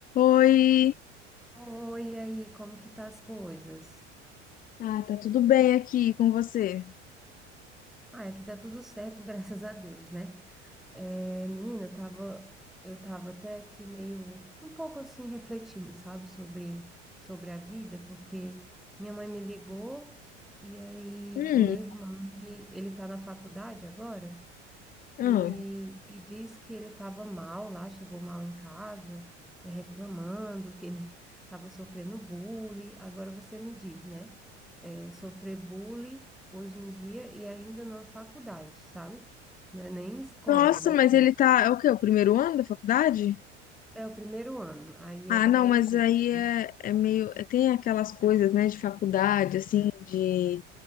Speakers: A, on the left (about 25°); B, in the centre.
A: Oi!
B: Oi, e aí, como que tá as coisas?
A: Ah, tá tudo bem aqui com você?
B: Ah, aqui tá tudo certo, <laughs> graças a Deus, né? É, menina, eu tava, eu tava até aqui meio, um pouco assim, refletindo, sabe, sobre, sobre a vida, porque minha mãe me ligou e aí
A: Hum,
B: o meu irmão, ele, ele tá na faculdade agora,
A: ah.
B: E, e diz que ele estava mal lá, chegou mal em casa, eh, reclamando que ele <laughs> estava sofrendo bullying. Agora você me diz, né? Eh, sofrer bullying hoje em dia e ainda numa faculdade, sabe? Não é nem escola,
A: Nossa,
B: né?
A: mas
B: Porque
A: ele tá, é o quê? O primeiro ano da faculdade?
B: é o primeiro ano, aí é
A: Ah,
B: daquele
A: não, mas
B: jeito,
A: aí é,
B: né?
A: é meio, é- tem aquelas coisas, né, de faculdade, assim, de,